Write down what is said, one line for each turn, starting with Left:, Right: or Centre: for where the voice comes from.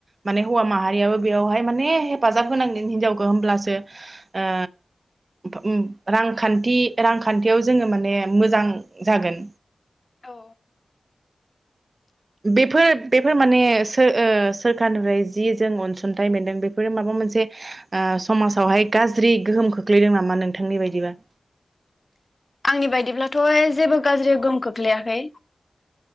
Right: माने हौवा माहारियाबो बेवहाय माने हेफाजाब होनांगोन हिनजावखौ होमब्लासो ओ <unintelligible> रांखान्थि-रांखान्थि बेयाव जोङो माने मोजां जागोन
Left: औ
Right: बेफोर बेफोर माने सो ओ सोरखारनिफ्राय जि जों अनसुंथाइ मोनदों बेफोरो माबा मोनसे ओ समाजावहाय गाज्रि गोहोम खोख्लैदों नामा नोंथांनि बायदिबा
Left: आंनि बायदिब्लाथ' जेबो गाज्रि गोहोम खोख्लैयाखै